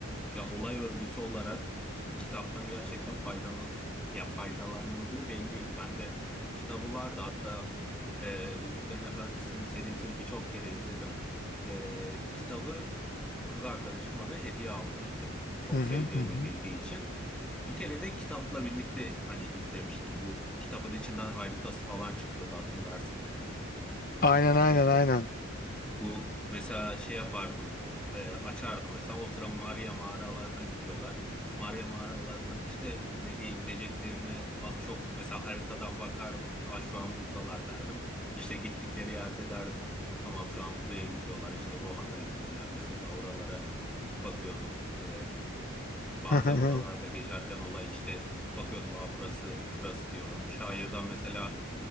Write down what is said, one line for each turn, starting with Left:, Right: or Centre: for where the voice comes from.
Centre: Ya olay örgüsü olarak kitaptan gerçekten faydalı ya faydalanıldığı belliydi. Ben de kitabı vardı. Hatta e, Yüzüklerin Efendisi'nin serisini birçok kere izledim. E, kitabı kız arkadaşım bana hediye almıştı. Çok
Left: Hı hı
Centre: seveceğimi
Left: hı hı.
Centre: bildiği için. Bir kere de kitapla birlikte hani izlemiştim. Bu kitabın içinden haritası falan çıkıyordu hatırlarsın.
Left: Aynen
Centre: E,
Left: aynen aynen.
Centre: bu mesela şey yapardım, e, açardım mesela o sıra Maria mağaralarına gidiyorlar. Maria mağaralarından işte nereye gideceklerini az çok mesela haritadan bakardım. Aa, şu an buradalar derdim. İşte gittikleri yerde derdim. Tamam şu an buraya gidiyorlar. İşte Rohan'a gittiler mesela oralara bakıyordum. E, Bazen
Left: <laughs>
Centre: oralarda geçerken olay işte bakıyordum ha burası şurası diyordum. Şairden mesela